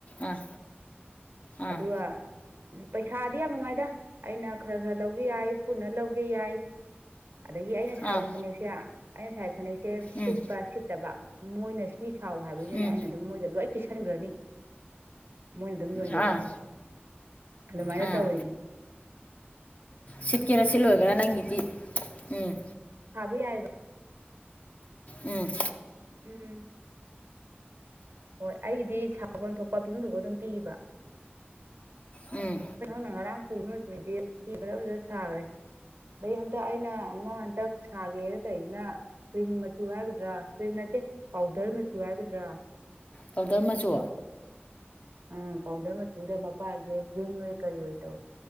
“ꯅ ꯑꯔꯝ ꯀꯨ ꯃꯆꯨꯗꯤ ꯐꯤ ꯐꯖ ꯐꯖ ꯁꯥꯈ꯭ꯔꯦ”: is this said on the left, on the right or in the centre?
Right